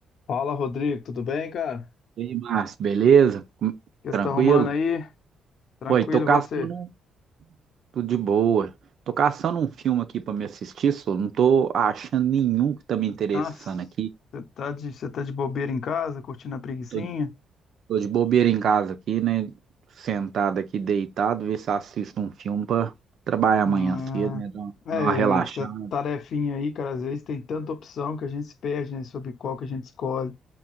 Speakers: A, on the left; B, on the right.
A: Fala, Rodrigo, tudo bem, cara?
B: E aí, Márcio, beleza? Com-
A: O que
B: Tranquilo?
A: você tá arrumando aí? Tranquilo,
B: Oi, tô caçando
A: você?
B: tudo de boa. Tô caçando um filme aqui pra me assistir, só não tô achando nenhum que tá me interessando
A: Nossa,
B: aqui.
A: você tá de, você tá de bobeira em casa, curtindo a preguicinha?
B: Tô, de tô de bobeira em casa aqui, né? Sentado aqui, deitado, ver se assisto um filme pra trabalhar amanhã
A: Ah,
B: cedo, né? Dar uma,
A: é,
B: dar uma relaxada.
A: essa tarefinha aí, cara, às vezes tem tanta opção que a gente se perde, né, sobre qual que a gente escolhe.